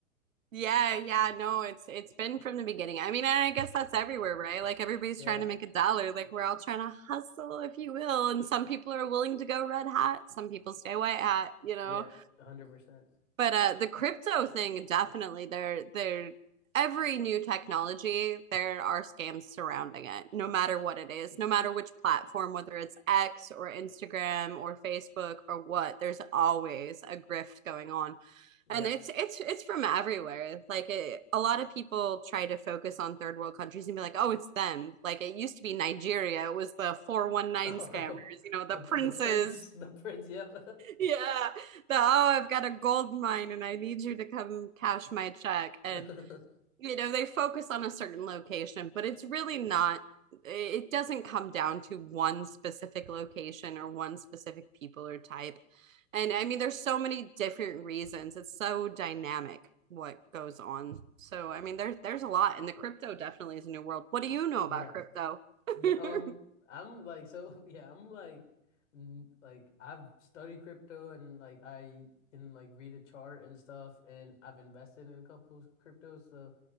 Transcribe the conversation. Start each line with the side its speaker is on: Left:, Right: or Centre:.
Right: Yeah, yeah, no, it's it's been from the beginning. I mean, and I guess that's everywhere, right? Like everybody's
Left: Yeah.
Right: trying to make a dollar. Like we're all trying to hustle, if you will. And some people are willing to go red hat, some people stay white hat, you know.
Left: Yeah, 100%.
Right: But uh, the crypto thing, definitely, there, there, every new technology, there are scams surrounding it, no matter what it is, no matter which platform, whether it's X or Instagram or Facebook or what, there's always a grift going on.
Left: Yeah.
Right: And it's
Left: <laughs>
Right: it's it's from everywhere. Like it, a lot of people try to focus on third world countries and be like, "Oh, it's them." Like it used to be Nigeria. It was the 419
Left: Oh,
Right: scammers, you know, the
Left: the
Right: princes
Left: the prince, the prince, yep.
Right: yeah. The, oh, I've got a gold mine and I need you to come cash my check. And,
Left: <laughs> Mhm.
Right: you know, they focus on a certain location, but it's really not, it doesn't come down to one specific location or one specific people or type. And I mean, there's so many different reasons. It's so dynamic what goes on. So, I mean, there's there's a lot, and the crypto definitely is a new world. What do you know
Left: Yeah.
Right: about crypto? <laughs>
Left: Yeah, um, I'm like so <laughs> yeah, I'm like n- like I've studied crypto and like I can like read a chart and stuff and I've invested in a couple of cryptos. So